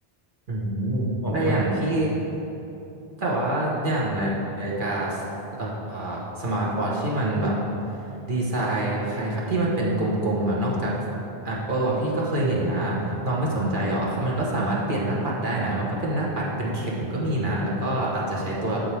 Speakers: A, on the right; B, on the left.
A: อืมแต่อย่างพี่
B: ผมเข้าใจ
A: แต่ว่าอย่างในนาฬิกาสเอ่อสมาร์ทวอทที่มันแบบดีไซน์คล้ายๆที่มันเป็นกลมๆอ่ะนอกจาก Apple อ่ะพี่ก็เคยเห็นนะน้องไม่สนใจหรอเขามันก็สามารถเปลี่ยนหน้าปัดได้นะมันก็เป็นหน้าปัดเป็นเข็มก็มีนะแล้วก็อาจจะใช้ตัว